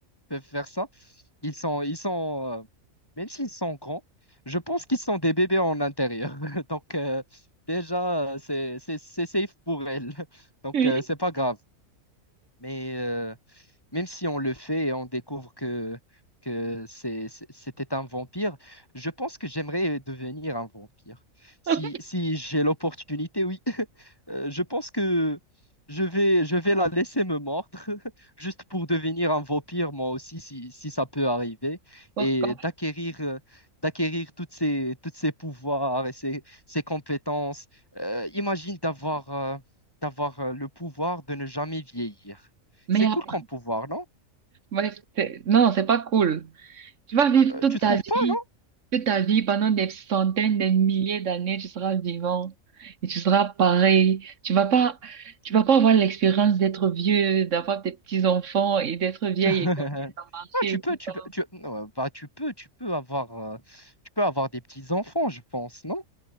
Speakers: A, on the left (about 15°); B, on the right (about 65°).
A: peuvent faire ça. Ils sont, ils sont, euh, même s'ils sont grands, je pense qu'ils sont des bébés en intérieur. <laughs> Donc euh, déjà, euh, c'est, c'est, c'est safe pour elles. <laughs> Donc
B: oui.
A: euh, c'est pas grave. Mais euh, même si on le fait et on découvre que, que c'est- c'est- c'était un vampire, je pense que j'aimerais devenir un vampire. Si,
B: <laughs>
A: si j'ai l'opportunité, oui. <laughs> Euh, je pense que je vais, je vais la laisser me mordre, <laughs> juste pour devenir un vampire, moi aussi, si, si ça peut arriver,
B: Pourquoi?
A: et d'acquérir... euh, d'acquérir toutes ces, toutes ces pouvoirs et ces, ces compétences. Euh, imagine d'avoir euh, d'avoir euh, le pouvoir de ne jamais vieillir.
B: Mais
A: C'est
B: après,
A: cool comme pouvoir, non?
B: ouais, c'est- non, c'est pas cool. Tu vas vivre
A: Euh,
B: toute
A: Tu trouves
B: ta
A: pas,
B: vie,
A: non?
B: toute ta vie, pendant des centaines, des milliers d'années, tu seras vivant et tu seras pareil. Tu vas pas, tu vas pas avoir l'expérience d'être vieux, d'avoir des petits-enfants et d'être vieille
A: <laughs>
B: et quand ça
A: Non, tu
B: a et
A: peux,
B: tout
A: tu
B: ça.
A: peux, tu, non, bah, tu peux, tu peux avoir, euh, tu peux avoir des petits enfants, je pense, non?